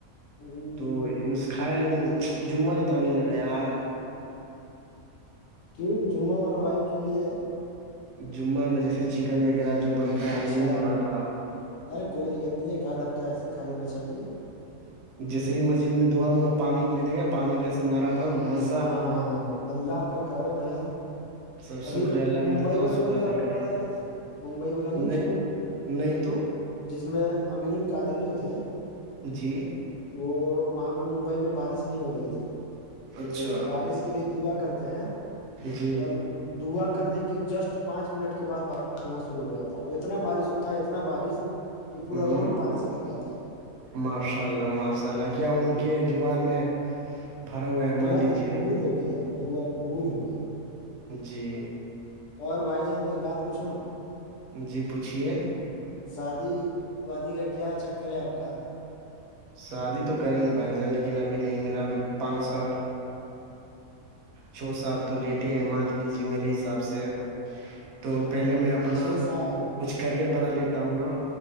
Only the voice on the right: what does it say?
تو سے کھایا لیکن جمعہ کی طرح نہیں لگا یار
جمعہ میں جیسے چکن وغیرہ جو بنتا ہے
وہ نہیں بناات تھا
جیسے ہی مسجد میں دا ہوا پانی کے لیے دیک گا پانی کیسے مارا ہ مسد
سب
شکر ہے اللہ کا
جتنا
شکر
ادا
کریے
نہیں نہیں تو
جی
اچھا
جی
ہوں
ماشاء اللہ ماشاء اللہ کیا ان کے زبان میں بھرا ہوا ہے
مان لیجیے
جی
جی پوچھیے
شادی تو کریں گے بھائی جان لیکن ابھی نہیں میرا ابھی پانچ سال چھو سال تو لیٹے ہیں مان لیجیے میرے حساب سے تو پہلے میں آپ اپنا
کچھ کرئر بنا لیتا ہوں نا